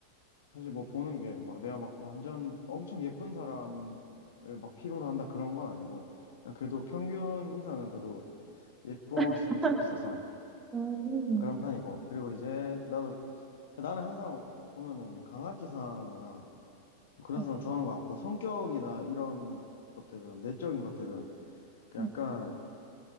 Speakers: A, on the left (about 60°); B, on the right (about 15°).
A: 사실 뭐 보는 게 막 내가 막 완전 엄청 예쁜 사람을 막 필요로 한다 그런 건 아니고 그냥 그래도 평균 이상은 그래도 예뻤으면
B: <laughs>
A: 좋겠어서
B: 음,
A: 그런 편이고 그리고 이제 나도 나는 항상 보면은 강아지상이나 그런
B: 응,
A: 사람 좋아하는 것 같고 성격이나 이런 것들은 내적인 것들은 그 약간
B: 응.